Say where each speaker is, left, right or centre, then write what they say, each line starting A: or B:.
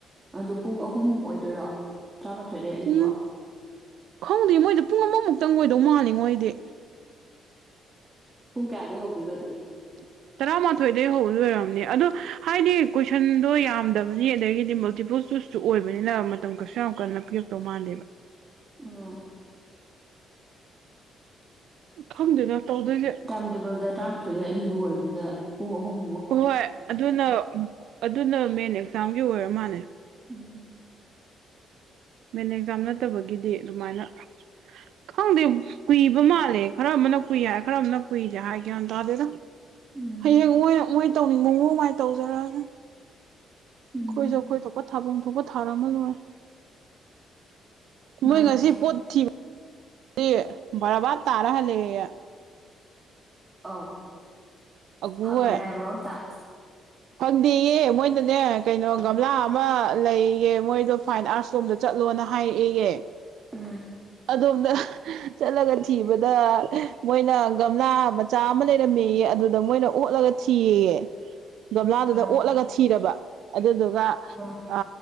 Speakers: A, on the right; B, on the right.
A: ꯑꯗꯨ ꯄꯨꯡ ꯑꯍꯨꯝ ꯑꯣꯏꯗꯣꯏꯔꯣ ꯇꯔꯥꯃꯥꯊꯣꯏꯗꯩ ꯑꯅꯤꯕꯣꯛ
B: ꯄꯨꯡ ꯈꯪꯗꯦ ꯃꯣꯏꯗꯨ ꯄꯨꯡ ꯑꯃꯃꯨꯛꯇꯪ ꯑꯣꯏꯗꯧ ꯃꯥꯜꯂꯦꯉꯣ ꯑꯩꯗꯤ
A: ꯄꯨꯡ ꯀꯌꯥꯗꯩ ꯍꯧꯗꯣꯏꯕ ꯑꯗꯨꯗꯤ
B: <inaudible> ꯇꯔꯥꯃꯥꯊꯣꯏꯗꯩ ꯍꯧꯗꯣꯏ ꯂꯣꯏꯔꯝꯅꯤ ꯑꯗꯣ ꯍꯥꯏꯗꯤ ꯀꯣꯏꯁꯟꯗꯣ ꯌꯥꯝꯗꯕꯅꯤ ꯑꯗꯒꯤꯗꯤ ꯃꯜꯇꯤꯄꯜ ꯆꯨꯁ ꯁꯨ ꯑꯣꯏꯕꯅꯤꯅ ꯃꯇꯝ ꯀꯩꯁꯨ ꯌꯥꯝ ꯀꯟꯅ ꯄꯤꯔꯛꯇꯧ ꯃꯥꯟꯗꯦꯕ
A: ꯑ
B: ꯈꯪꯗꯦꯗ ꯇꯧꯗꯣꯏꯖꯦ
A: ꯇꯥꯏꯝ ꯇꯦꯕꯜꯗ ꯇꯔꯥꯃꯥꯊꯣꯏꯗꯩ ꯑꯅꯤꯕꯨ ꯑꯣꯏꯕꯗꯨꯗ ꯄꯨꯡ ꯑꯍꯨꯝ
B: ꯍꯣꯏ ꯑꯗꯨꯅ ꯑꯗꯨꯅ ꯃꯦꯟ ꯑꯦꯛꯖꯥꯝꯒꯤ ꯑꯣꯏꯔ ꯃꯥꯟꯅꯦ
A: ꯎꯝ
B: ꯃꯦꯟ ꯑꯦꯛꯖꯥꯝ ꯅꯠꯇꯕꯒꯤꯗꯤ ꯑꯗꯨꯃꯥꯏꯅ ꯈꯪꯗꯦ ꯀꯨꯏꯕ ꯃꯥꯜꯂꯦ ꯈꯔ ꯑꯃꯅ ꯀꯨꯏ ꯍꯥꯏ ꯈꯔ ꯑꯃꯅ ꯀꯨꯏꯗꯦ ꯍꯥꯏ ꯒ꯭ꯌꯥꯟ ꯇꯗꯦꯗ
A: ꯎꯝ
B: ꯍꯌꯦꯡ ꯃꯣꯏꯅ ꯃꯣꯏ ꯇꯧꯅꯤꯡꯕ ꯃꯑꯣꯡ ꯃꯥꯏ ꯇꯧꯖꯔꯛ ꯑꯖꯥꯅꯤ
A: ꯎꯝ
B: ꯑꯩꯈꯣꯏꯖꯨ ꯑꯩꯈꯣꯏ ꯊꯣꯛꯄ ꯊꯥꯚꯝ ꯊꯣꯛꯄ ꯊꯥꯔꯝꯃ ꯂꯣꯏꯔꯦ ꯃꯣꯏ
A: ꯃꯥꯅꯤ
B: ꯉꯁꯤ ꯄꯣꯠ ꯊꯤꯕ ꯗꯤ ꯕꯔꯥꯕꯥꯠ ꯇꯥꯔ ꯍꯜꯂꯛ ꯑꯦꯌꯦ
A: ꯑꯧ
B: ꯑꯒꯨ
A: ꯐꯪꯗ꯭ꯔꯦ
B: ꯍꯣꯏ
A: ꯍꯥꯏꯕ꯭ꯔꯣ ꯑꯝꯇ
B: ꯐꯪꯗꯦꯌꯦ ꯃꯣꯏꯅꯅꯦ ꯀꯩꯅꯣ ꯒꯝꯂꯥ ꯑꯃ ꯂꯩꯌꯦꯌꯦ ꯃꯣꯏꯗꯣ ꯐꯥꯏꯟ ꯑꯥꯔꯠꯁ ꯂꯣꯝꯗ ꯆꯠꯂꯣꯅ ꯍꯥꯏꯔꯛꯑꯦꯌꯦ
A: ꯎꯝ
B: ꯑꯗꯣꯝꯗ <unintelligible> ꯆꯠꯂꯒ ꯊꯤꯕꯗ ꯃꯣꯏꯅ ꯒꯝꯂꯥ ꯃꯆꯥ ꯑꯃ ꯂꯩꯔꯝꯃꯦꯌꯦ ꯑꯗꯨꯗ ꯗ ꯃꯣꯏꯅ ꯑꯣꯠꯂꯒ ꯊꯤꯌꯦꯌꯦ ꯒꯝꯂꯥꯗꯨꯗ
A: ꯑꯥ
B: ꯑꯣꯠꯂꯒ ꯊꯤꯔꯕ ꯑꯗꯨꯗꯨꯒ
A: ꯑꯥ
B: ꯑ